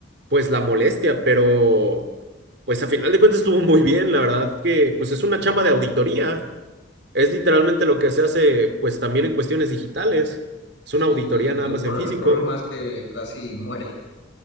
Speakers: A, on the right; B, on the left.
A: pues, la molestia, pero, pues, a final de cuentas estuvo muy bien, la verdad que, pues, es una chamba de auditoría. Es literalmente lo que se hace, pues también en cuestiones digitales. Es una
B: Sí,
A: auditoría
B: pues
A: nada
B: el,
A: más
B: pro-
A: en físico.
B: el problema es que
A: <laughs>
B: casi <laughs> muere.